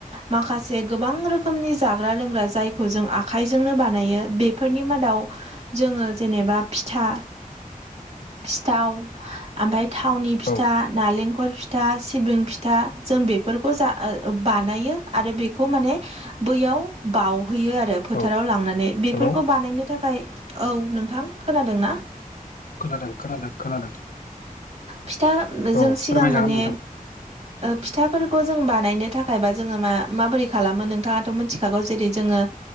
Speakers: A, on the right (about 45°); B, on the left (about 70°).
A: माखासे गोबां रोखोमनि जाग्रा लोंग्रा जायखौ जों आखाइजोंनो बानायो बेफोरनि मादाव जोङो जेनेबा फिथा सिथाव ओमफ्राय थावनि फिथा
B: औ
A: नालेंखल फिथा सिबिं फिथा जों बेफोरखौ जा बानायो आरो बेखौ माने बैयाव बावहैयो आरो फोथाराव
B: औ
A: लांनानै बेफोरखौ
B: हेलौ
A: बानायनो थाखाय औ नोंथां खोनादों ना
B: खोनादों खोनादों खोनादों
A: फिथा
B: औ
A: जों सिगां
B: फोरमायजागोन
A: माने
B: नोंथां
A: फिथाफोरखौ जों बानायनो थाखायबा जोङो मा माबोरै खालामो नोंथाङाथ' मिथिखागौ जेरै जोङो